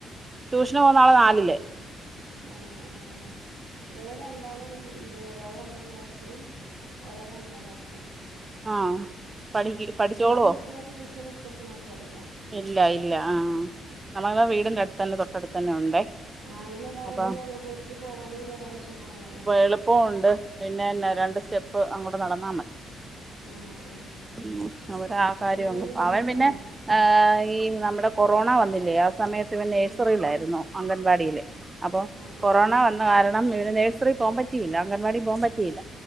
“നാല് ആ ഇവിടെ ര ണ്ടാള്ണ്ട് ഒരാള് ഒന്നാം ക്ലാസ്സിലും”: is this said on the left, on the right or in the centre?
Right